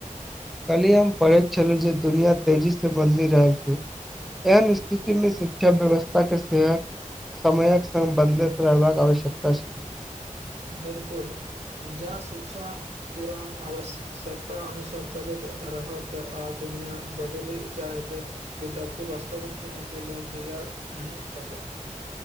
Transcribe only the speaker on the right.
बिल्कुल, जँ शिक्षा पुरान अवश्य -कत्ता अनुसार चलैत रहत आ दुनया बदलि जायत विद्यार्थी वास्तविक चुनौती लेल तैयार नहि भऽ सकत,